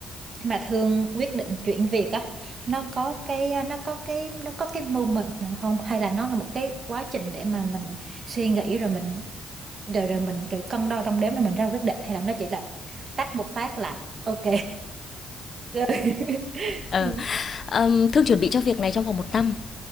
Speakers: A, on the right; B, on the left.
A: mà thường quyết định chuyển việc á nó có cái à, nó có cái nó có cái moment nào không hay là nó là một cái quá trình để mà mình suy nghĩ rồi mình rồi rồi mình kiểu cân đo đong đếm rồi mình ra quyết định hay là nó chỉ là tách một phát là ok rồi? <laughs>
B: Ờ,
A: Ừ.
B: ừm, Thương chuẩn bị cho việc này trong vòng một năm